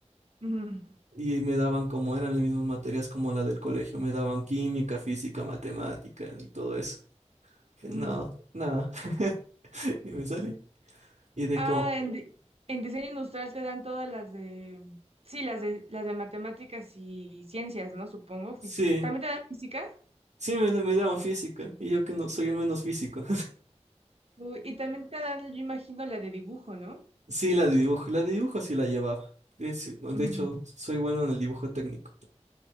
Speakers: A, on the right; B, on the right.
A: Ujú,
B: Y me daban como eran las mismas materias como la del colegio, me daban química, física, matemática y todo eso. Dije,
A: ujú.
B: no, nada. <laughs> Y me salí. Y de
A: Ah,
B: como,
A: en, di- en diseño industrial te dan todas las de, sí, las de, las de matemáticas y ciencias, ¿no? Supongo, física.
B: sí,
A: ¿También te dan física?
B: sí me, me daban física. Y yo que no soy el menos físico.
A: Uy, y también te dan, yo imagino, la de dibujo, ¿no?
B: <laughs> Sí, la de dibujo, la de dibujo sí la llevaba. Es- de
A: Ujú.
B: hecho, soy bueno en el dibujo técnico.